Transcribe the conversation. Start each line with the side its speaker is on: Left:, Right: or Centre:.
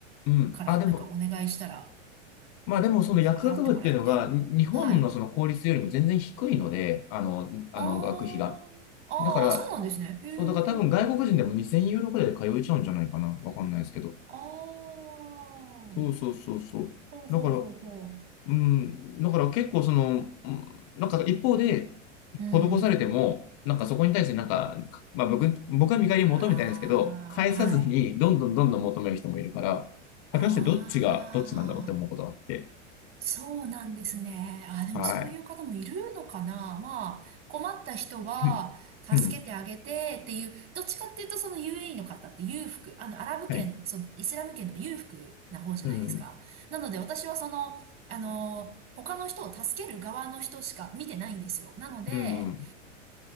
Left: うん。
Right: からなんかお願いしたら。
Left: あ、でも、まあでもその薬学部っていうのが、
Right: は払ってもらえるみたいな。
Left: に日本のその公立よりも全然低いので、
Right: はい。
Left: あの、あの、
Right: あーあー、
Left: 学費が。だから、
Right: そうなんですね。へえ。
Left: そう、だから多分外国人でも2000ユーロくらいで通えちゃうんじゃないかな。わかんないですけど。
Right: ああ。ほ
Left: そうそうそうそう。
Right: うほうほうほ
Left: だから、うん、だから結構その、うんなんか一方で、
Right: う。うん。
Left: 施されても、なんかそこに対してなんか、まあ僕、僕は見返りを求めたいんですけど、
Right: ああ、
Left: 返さずにどんどんどんどん求める人もいるから、
Right: はい。ああ。
Left: 果たしてどっちがどっちなんだろうって思うことがあって。
Right: そうなんですね。あ、でもそういう方もいるのかな。
Left: はい。
Right: まあ、困った人は助けてあげてっていう、
Left: うん。うん。
Right: どっちかっていうとそのユー a e の方って裕福、あの、アラブ圏、
Left: はい。
Right: そのイスラム圏でも裕福な方じゃないですか。
Left: うん。
Right: なので私はその、あの、他の人を助ける側の人しか見てないんですよ。なので、
Left: うん。